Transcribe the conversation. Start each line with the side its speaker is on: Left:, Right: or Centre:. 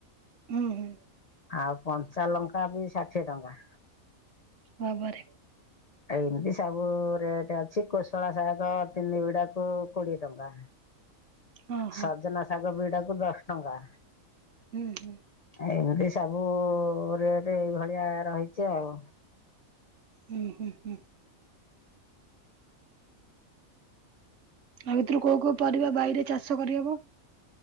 Right: ହୁଁ ହୁଁ,
Left: ଆଉ କଞ୍ଚାଲଙ୍କା ବି ଷାଠିଏ ଟଙ୍କା।
Right: ବା ବା ରେ।
Left: ଏମିତି ସବୁ-ଉ-ଉ-ଉ ରେଟ୍ ଅଛି କୋଶଳା ଶାଗ ତିନି ବିଡାକୁ କୋଡିଏ ଟଙ୍କା।
Right: ହଁ ହଁ
Left: ସଜନା ଶାଗ ବିଡାକୁ ଦଶ ଟଙ୍କା।
Right: ହୁଁ ହୁଁ,
Left: ଏମିତି ସବୁ-ଉ-ଉ-ଉ ରେଟ୍ ଏଇଭଳିଆ ରହିଛି ଆଉ।
Right: ହୁଁ ହୁଁ ହୁଁ, ଆଉ ଭିତରୁ କୋଉ କୋଉ ପରିବା ବାଇରେ ଚାଷ କରିହବ?